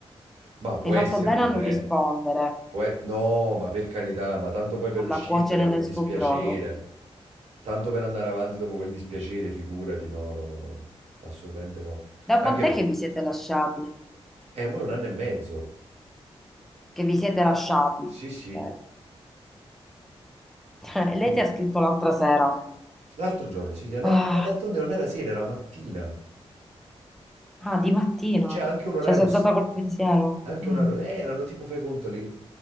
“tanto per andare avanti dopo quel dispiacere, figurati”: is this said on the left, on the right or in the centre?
Right